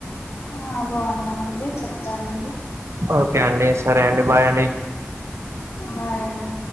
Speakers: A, on the left; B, on the right.
A: ఆ బాగున్నారు అండి చెప్తానండి
B: ఓకే అండి సరే అండి బాయ్ అండి
A: బాయ్ అండి